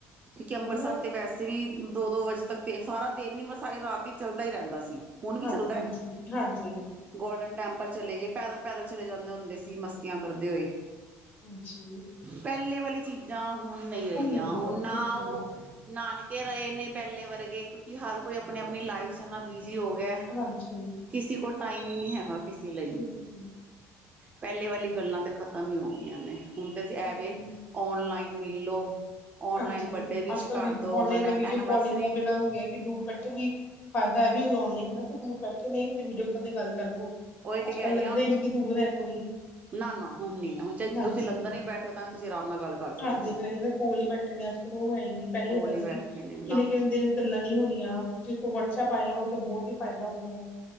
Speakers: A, on the right (about 25°); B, on the left (about 30°).
A: ਕਿਉਂਕਿ ਅੰਬਰਸਰ
B: ਉਹ ਨਾ ਉਹ
A: ਤੇ ਵੈਸੇ ਵੀ ਦੋ-ਦੋ ਵਜੇ ਤੱਕ ਤੇ ਸਾਰਾ ਦਿਨ ਨੀ ਬਸ ਸਾਰੀ ਰਾਤ ਈ ਚੱਲਦਾ ਈ ਰਹਿੰਦਾ ਸੀ, ਹੁਣ ਵੀ
B: ਹਾਂਜੀ
A: ਚੱਲਦਾ
B: ਹਾਂਜੀ
A: ਐ।
B: ਹਾਂਜੀ
A: ਗੋਲਡਨ ਟੈਂਪਲ ਚਲੇ ਗਏ, ਪੈਦਲ-ਪੈਦਲ ਚਲੇ ਜਾਂਦੇ ਹੁੰਦੇ ਸੀ, ਮਸਤੀਆਂ ਕਰਦੇ ਹੋਏ।
B: ਹਾਂਜੀ
A: ਪਹਿਲੇ ਵਾਲੀ ਚੀਜ਼ਾਂ ਹੁਣ ਨਹੀਂ ਰਹੀਆਂ,
B: ਨਹੀਂ
A: ਹੁਣ
B: ਹੈ
A: ਨਾ
B: ਬਿਲਕੁਲ
A: ਉਹ ਨਾਨ ਕੇ ਰਹੇ ਨੇ ਪਹਿਲੇ ਵਰਗੇ, ਕਿਉਂਕਿ ਹਰ ਕੋਈ ਆਪਣੀ-ਆਪਣੀ ਲਾਈਫ ਚ ਏਨਾ ਬੀ ਜੀ ਹੋ ਗਿਆ
B: ਹਾਂਜੀ
A: ਕਿਸੀ ਕੋਲ ਟਾਈਮ ਈ ਨਈ ਹੈਗਾ ਕਿਸੇ ਲਈ।
B: ਬਿਲਕੁਲ
A: ਪਹਿਲੇ ਵਾਲੀ ਗੱਲਾਂ ਤੇ ਖਤਮ ਈ ਹੋ ਗਈਆਂ ਨੇ ਹੁਣ ਤੇ ਐਸੀ ਐੱਪ
B: ਬਿਲਕੁਲ
A: ਐ ਓਨਲਾਈਨ ਮਿਲ ਲੋ ਔਨਲਾਈਨ
B: ਹਾਂਜੀ
A: ਬਰਡੇ ਵਿਸ਼
B: ਅੱਜ ਕੱਲ
A: ਕਰ
B: ਵੀ
A: ਦੋ
B: ਓਨਲਾਈਨ
A: ਔਨਲਾਈਨ
B: ਦਾ ਵੀਡੀਓ
A: ਐਨੀਵਰਸਰੀ
B: ਕਾਲਿੰਗ ਦਾ ਹੋ ਗਿਆ ਕਿ ਦੂਰ ਬੈਠੇ ਵੀ ਫਾਇਦਾ ਐਹ ਵੀ ਔਨਲਾਈਨ ਦਾ ਕਿ ਦੂਰ ਬੈਠੇ ਨੇ ਤੇ ਵੀਡੀਓ ਕਾਲ ਤੇ ਗੱਲ ਕਰ ਲੋ।
A: ਉਹੀ ਤੇ
B: ਅੱਜ
A: ਕਹਿ
B: ਕੱਲ
A: ਰਹੀ
B: ਲੱਗਦਾ
A: ਹਾਂ
B: ਹੀ ਨੀ ਕਿ ਦੂਰ ਹੈ ਕੋਈ
A: ਨਾ-ਨਾ ਹੁਣ ਨੀ ਆ ਹੁਣ ਜ
B: ਹਾਂਜੀ
A: ਤੁਸੀਂ ਲੰਦਨ ਬੈਠੇ ਹੋ ਤਾਂ ਤੁਸੀਂ ਆਰਾਮ ਨਾਲ ਗੱਲ ਕਰ ਸਕਦੇ
B: ਹਾਂਜੀ
A: ਹੋ।
B: ਇੱਧਰ ਕਿੱਧਾਂ ਕੋਲ ਹੀ ਬੈਠੇ ਨੇ ਅੱਜ-ਕੱਲ ਉਹ ਹੈ ਹੀ ਨੀ ਪਹਿਲੇ
A: ਕੋਲ
B: ਹੁੰਦਾ
A: ਹੀ ਬੈਠੇ
B: ਸੀ
A: ਨੇ ਨਾ
B: ਕਿੰਨੇ-ਕਿੰਨੀ ਦੇਰ ਗੱਲਾਂ ਨਹੀਂ ਹੁ ਯਾ ਜਿਸ ਤ ਵਟਸਐਪ ਆਇਆ ਉਦਾ ਬਹੁਤ ਈ ਫਾਇਦਾ ਹੋ ਗਿਆ